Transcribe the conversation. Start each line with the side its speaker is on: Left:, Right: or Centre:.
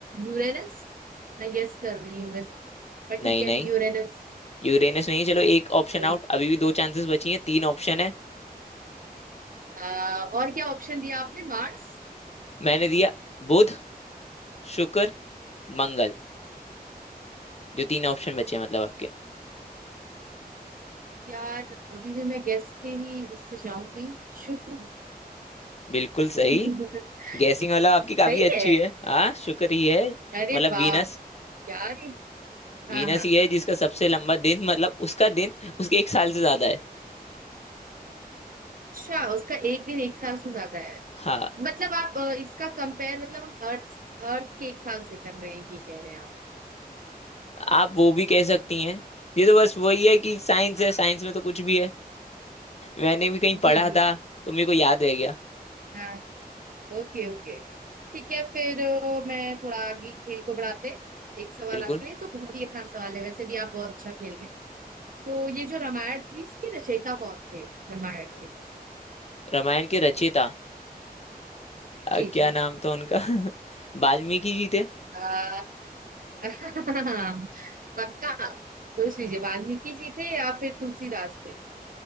Right: यूरेनस मैं गेस कर रही हूँ वैसे पर ठीक
Left: नहीं
Right: है
Left: नहीं
Right: यूरेनस
Left: यूरेनस नहीं चलो एक ऑप्शन
Right: तो,
Left: आउट अभी भी दो चांसेस बची हैं तीन ऑप्शन है
Right: आ, और क्या ऑप्शन दिया आपने मार्स
Left: मैंने दिया बुध शुक्र मंगल जो तीन ऑप्शन बचे हैं मतलब आपके
Right: यार अभी भी मैं गेस के ही इससे जाऊंगी शुक्र
Left: बिल्कुल सही
Right: <laughs>
Left: गैसिंग मतलब आपकी काफी
Right: सही
Left: अच्छी
Right: है
Left: है हाँ शुक्र ही है
Right: अरे
Left: मतलब
Right: वाह
Left: वीनस
Right: यार
Left: वीनस
Right: हाँ हाँ
Left: ही है
Right: हाँ
Left: जिसका सबसे लंबा दिन मतलब उसका दिन उसके एक साल से ज्यादा है
Right: अच्छा उसका एक दिन एक साल से ज्यादा है
Left: हाँ
Right: मतलब आप अ, इसका कंपेयर मतलब हम अर्थ अर्थ के एक साल से कर रहे हैं ये कह रहे हैं आप
Left: आप वो भी कह सकती हैं ये तो बस वही है कि साइंस
Right: हाँ,
Left: है साइंस में तो कुछ भी है मैंने भी कहीं
Right: जी
Left: पढ़ा
Right: जी
Left: था
Right: जी।
Left: तो मेरे को याद रह गया
Right: हाँ Okay okay ठीक है फिर अ, मैं थोड़ा आगे खेल को बढ़ाते हैं एक सवाल
Left: बिल्कुल
Right: आपके लिए तो बहुत ही आसान सवाल है वैसे भी आप बहुत अच्छा खेल रहे हैं। तो ये जो रामायण थी इसके रचयिता कौन थे रामायण के
Left: रामायण के रचयिता अ,
Right: जी
Left: क्या
Right: जी
Left: नाम था उनका <laughs> वाल्मीकि जी थे
Right: आ, <laughs> पक्का सोच लीजिए वाल्मीकि जी थे या फिर तुलसीदास थे